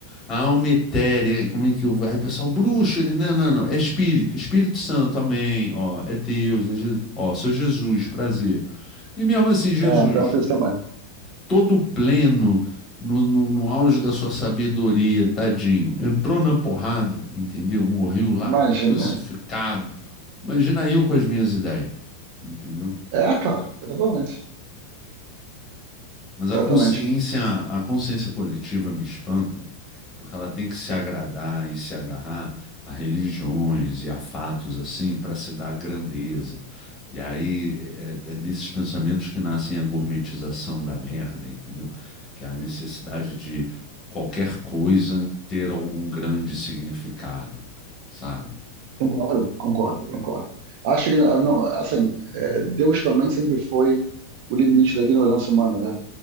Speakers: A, on the left; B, on the right.
A: a alma etérea, como é que eu... Aí o pessoal, bruxo, ele, não, não, não, é Espírito, Espírito Santo, amém. Ó, é Deus, é Jesus, ó, seu Jesus, prazer. E mesmo assim, Jesus,
B: é, é penso isso também.
A: todo pleno, no, no, no auge da sua sabedoria, tadinho. Entrou na porrada, entendeu? Morreu lá
B: Imagina.
A: crucificado. Imagina eu com as minhas ideias, entendeu?
B: É, claro, exatamente.
A: Mas a
B: Exatamente.
A: consciência, a consciência coletiva me espanta, porque ela tem que se agradar e se agarrar a religiões e a fatos assim para se dar grandeza. E aí é, é é desses pensamentos que nascem a gourmetização da merda, entendeu? Que é a necessidade de qualquer coisa ter algum grande significado, sabe?
B: Concordo, concordo, concordo. Acho que, ah, não, assim, é, Deus também sempre foi o limite da ignorância humana, né?